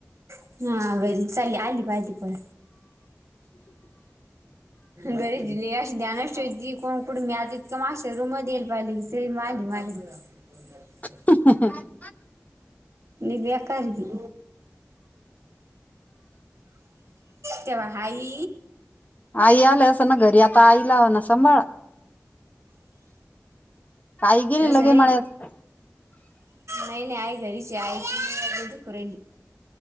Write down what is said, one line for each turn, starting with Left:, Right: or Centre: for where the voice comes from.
Right: हा घरी चाली आली पाहिली पण. घरी दि अ ध्यानाशे कोण कुठे म्या इतं माशा रूम मध्ये येईल पाहिले क. <unintelligible> ते मागली मागेली. <inaudible>
Left: ह. <unintelligible>
Right: न बकाी. <unintelligible> ते बघा हाय.
Left: आई आली असेल ना घरी आता आईला म्हणाव सांभाळा आई गेली
Right: तसं
Left: लगे
Right: नाय.
Left: मळ्यात
Right: नाय नाय घरीच हाय आईची कंबर दुखू रायलि.